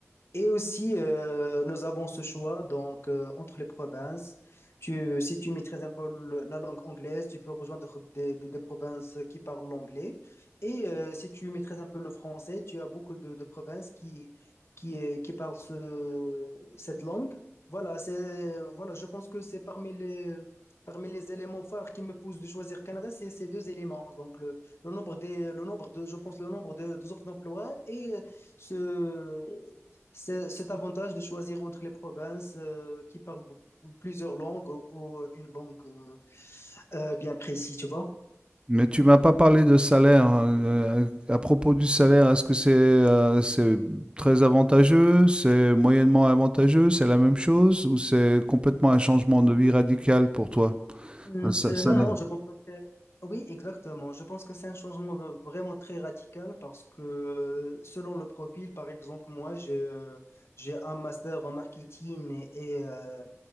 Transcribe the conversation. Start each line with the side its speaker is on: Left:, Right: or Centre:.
Left: Et aussi, euh, nous avons ce choix donc euh, entre les provinces. Tu, si tu maîtrises un peu le- la langue anglaise, tu peux rejoindre des, des- des provinces qui parlent l'anglais. Et euh, si tu maîtrises un peu le français, tu as beaucoup de, de provinces qui, qui, euh, qui parlent ce- cette langue. Voilà, c'est, voilà, je pense que c'est parmi les, parmi les éléments phares qui me poussent de choisir Canada, c'est ces deux éléments. Donc le, le nombre des, le nombre de, je pense le nombre de, de offres d'emploi et ce c'est cet avantage de choisir entre les provinces euh, qui parlent b- plusieurs langues ou, ou euh, une langue euh, euh, bien précise, tu vois.
Right: Mais tu m'as pas parlé de salaire. hein. Euh, à à propos du salaire, est-ce que c'est euh, c'est très avantageux, c'est moyennement avantageux, c'est la même chose ou c'est complètement un changement de vie radical pour toi?
Left: Mm,
Right: Un sa-
Left: euh,
Right: salaire.
Left: non, non, je pense que c'est- Oui, exactement. Je pense que c'est un changement v- vraiment très radical parce que euh, selon le profil, par exemple, moi, j'ai euh, j'ai un master en marketing et, et, euh,